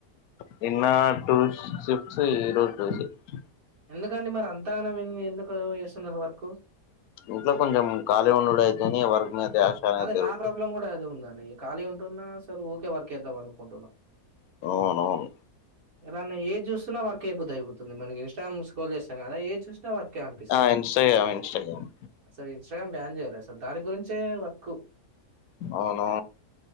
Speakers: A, on the left; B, on the right.
A: నిన్న టూ షిఫ్ట్స్ ఈరోజు టూ షిఫ్ట్స్
B: ఎందుకండి మరి అంత గణం ఎందుకు చేస్తున్నారు వర్కు?
A: ఇంట్లో కొంచెం ఖాళీ ఉండడు అయి తుందని వర్క్ ధ్యాస అనేది
B: అదే
A: పెరుగుతుంది
B: నా ప్రాబ్లం కూడా అదే ఉందండి ఖాళీ ఉంటున్నా సరె ఊకే వర్కేద్దాం అనుకుంటున్నా
A: అవును అవును
B: ఎలాన్న ఏది చూస్తున్నా వర్క్ చేయబుద్దుయుతుంది మన ఇన్స్టాగ్రామ్ స్క్రోల్ చేస్తాం గా ఏది చూశ్న వర్క్ వర్క్ ఎ అనిపిస్తుంది
A: ఆ ఇన్స్టాగ్రామ్ ఇన్స్టాగ్రామ్
B: అసలు ఇన్స్టాగ్రామ్ బ్యాన్ చేయాలి అస్ దాని గురించే వ ఖు
A: అవును